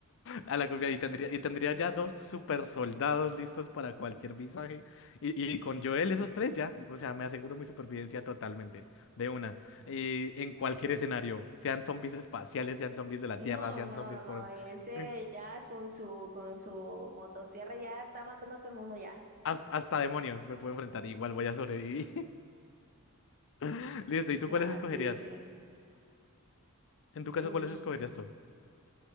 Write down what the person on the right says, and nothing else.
No,
no,
no,
ese
ya con su, con su motosierra ya está matando a todo el mundo ya.
Nah,
sí, sí.
Uy,